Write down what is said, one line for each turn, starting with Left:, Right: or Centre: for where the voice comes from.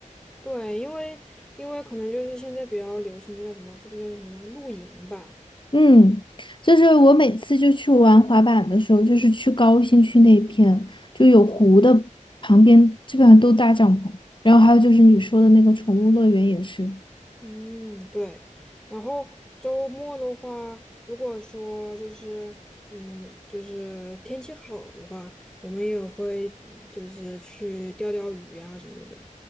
Centre: 对，因为因为可能就是现在比较流行，这叫什么？这这叫什么呢？露营吧。
Left: 嗯，就是我每次就去玩滑板的时候，就是去高新区那片，就有湖的旁边，基本上都搭帐篷。然后还有就是你说的那个宠物乐园也是。
Centre: 嗯，对。然后周末的话，如果说就是嗯，就是天气好的话，我们也会就是去钓钓鱼啊什么的。